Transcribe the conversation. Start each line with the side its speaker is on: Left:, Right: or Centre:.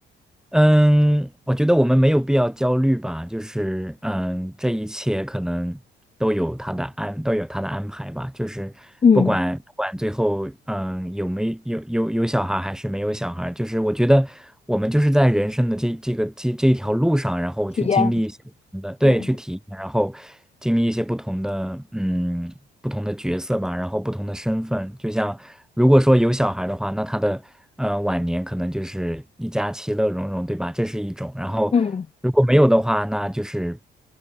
Centre: 嗯，我觉得我们没有必要焦虑吧，就是嗯，这一切可能都有他的安，都有他的安排吧。就是不管不管最后嗯有没有有有小孩还是没有小孩，
Left: 嗯，
Centre: 就是我觉得我们就是在人生的这这个这这一条路上，然后去经历一些不同的，
Left: 体验，
Centre: 对，
Left: 对，
Centre: 去体验，然后经历一些不同的嗯不同的角色吧，然后不同的身份。就像如果说有小孩的话，那他的呃晚年可能就是一家其乐融融，对吧？这是一种。然后如果没有的话，
Left: 嗯。
Centre: 那就是